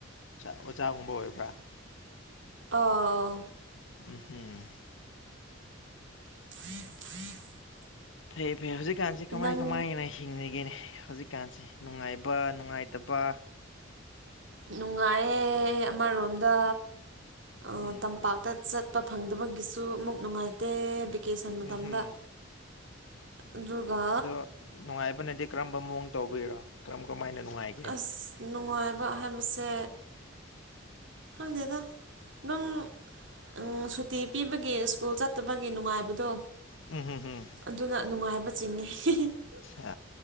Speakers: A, on the left (about 75°); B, on the right (about 65°).
A: ꯑꯣꯖꯥꯒꯨꯝꯕ ꯑꯣꯏꯕ꯭ꯔꯥ
B: ꯑꯥ
A: ꯎꯝꯍꯝ
B: <unintelligible>
A: ꯐꯩ ꯐꯩ ꯍꯧꯖꯤꯛꯀꯥꯟꯁꯤ ꯀꯃꯥꯏ
B: ꯅꯪ
A: ꯀꯃꯥꯏꯅ ꯍꯤꯡꯅꯒꯦꯅꯦ ꯍꯧꯖꯤꯛꯀꯥꯟꯁꯤ ꯅꯨꯡꯉꯥꯏꯕ ꯄ ꯅꯨꯡꯉꯥꯏꯇꯕ
B: ꯅꯨꯡꯉꯥꯏꯌꯦ ꯑꯃꯔꯣꯝꯗ ꯑ
A: ꯎꯝ
B: ꯇꯝ ꯄꯥꯛꯇ ꯆꯠꯄ ꯐꯪꯗꯕꯒꯤꯁꯨ ꯑꯃꯨꯛ ꯅꯨꯡꯉꯥꯏꯇꯦ ꯕꯤꯛ ꯀꯦꯁꯟ ꯃꯇꯝꯗ
A: ꯎꯝ ꯍꯨꯝ
B: ꯑꯗꯨꯒ
A: ꯑꯗꯣ ꯅꯨꯡꯉꯥꯏꯕꯅꯗꯤ ꯀꯔꯝꯕ ꯃꯑꯣꯡ ꯇꯧꯕꯩꯔꯣ ꯀꯔꯝ ꯀꯃꯥꯏꯅ ꯅꯨꯡꯉꯥꯏ
B: ꯑꯁ ꯅꯨꯡꯉꯥꯏꯕ ꯍꯥꯏꯕꯁꯦ ꯈꯪꯗꯦꯗ ꯗꯨꯝ ꯎꯝ ꯁꯨꯇꯤ ꯄꯤꯕꯒꯤ ꯏꯁ꯭ꯀꯨꯜ ꯆꯠꯇꯕꯒꯤ ꯅꯨꯡꯉꯥꯏꯕꯗꯣ
A: ꯎꯝ ꯍꯝ ꯍꯝ
B: ꯑꯗꯨꯅ ꯅꯨꯡꯉꯥꯏꯕ ꯆꯤꯡꯉꯦ <unintelligible>
A: ꯑ